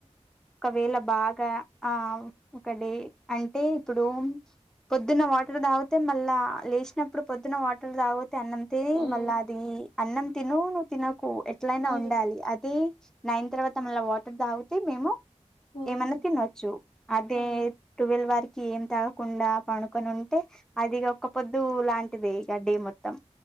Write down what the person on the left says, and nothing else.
ఉమ్
ఉమ్
ఉమ్
ఆ